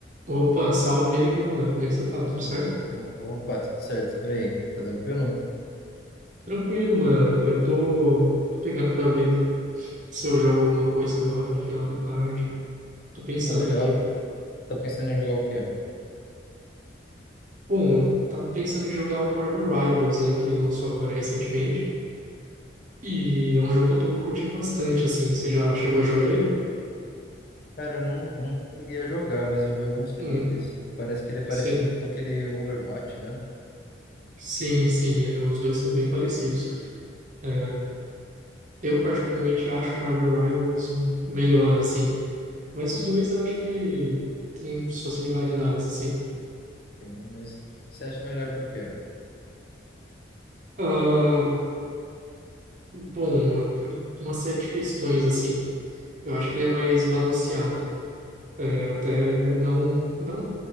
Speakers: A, on the right; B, on the left.
A: Opa, salve aí, meu mano. Como é que você tá? Tudo certo?
B: O- o- Opa, tudo certo por aí? Tá tranquilo?
A: Tranquilo, mano. Eu tô, tô pegando pra ver se eu jogo alguma coisa agora no final da tarde. Tô pensando
B: Pô, legal.
A: aqui.
B: Tá pensando em jogar o quê?
A: Bom, eu tava pensando em jogar o Marvel Rivals, né, que lançou agora recentemente. E é um jogo que eu tô curtindo bastante, assim. Você já chegou a jogar ele?
B: Cara, eu não, não cheguei a jogar, mas eu vi alguns clipes.
A: Hum,
B: Parece que ele é parecido
A: sim.
B: com aquele Overwatch, né?
A: Sim, sim, ele- os dois são bem parecidos. É, eu particularmente acho o Marvel Rivals melhor, assim. Mas os dois eu acho que têm suas similaridades, assim.
B: Sim, mas você acha melhor por quê?
A: Ah, bom, por uma série de questões, assim. Eu acho que ele é mais balanceado. É, até não, não